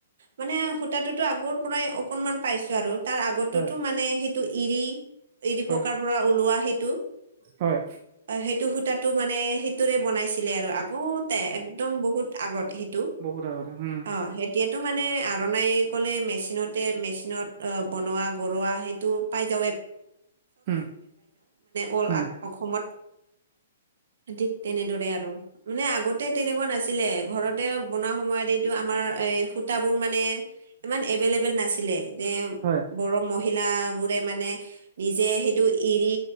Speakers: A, on the right (about 70°); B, on the right (about 45°).
A: মানে সূতাটোোতো আগৰ পৰাই অকনমান পাইছো আৰু তাৰ আগততো
B: হয়
A: মানে সেইটো এৰি কাৰ
B: হয়
A: পৰা ওলোৱা সেইটো
B: হয়
A: সেইটো সূতটো মানে স সৰে বনাইছিলে আৰু আগতে এক্দম বহুত আগত সেইটো
B: বহুত আগতে উম
A: অ সেই এতিয়াতো মানে আৰনাই ক'লে মেচিনতে মেচিনত বনোৱা গৰুৱা সেই মান
B: উম
A: অ
B: উম
A: অসম ঠিক তেনেদৰে আৰু মানে আগতে তেনেকুৱা নাছিলে ঘৰতে বনোৱা সময়ত এইটো আমাৰ এ সূতাবোৰ মানে ইমান এভেইলেবল নাছিলে যে
B: হয়
A: বৰ মহিল বোৰে মানে নিজে সেইটো এৰি